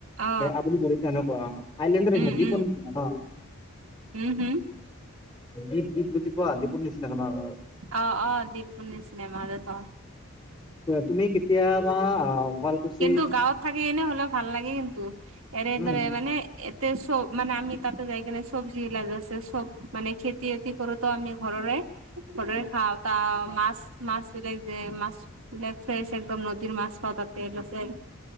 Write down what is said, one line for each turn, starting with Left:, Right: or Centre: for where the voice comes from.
Right: অ
Left: আপু ঘছে ন প আইলেণ্ড
Right: উম
Left: দপ
Right: উম
Left: ন
Right: উম হম
Left: দী দিপ গুজি পোৱা দপুৰ নিচিনাাক ন আৰু
Right: অ অ দীপু নি চনেমা আৰু ত
Left: তুমি কেতিয়াবা শুৱালকুছি
Right: কিন্তু গাঁৱত থাকি এনে হলে ভাল লাগে কিন্তু এনেদৰে
Left: উম
Right: মানে এতে চব মানে আি তাতে যাই কিনে চব্জি ইলাজ আছে চব মানে খেতি বাতি কৰোতো আমি ঘৰৰে দৰে খাওঁতা মাছ-মাছ লেগ যে, মাছ বিলাক ফ্ৰেছ একদম নদীৰ মাছ পাওঁ তাতে, লোকেল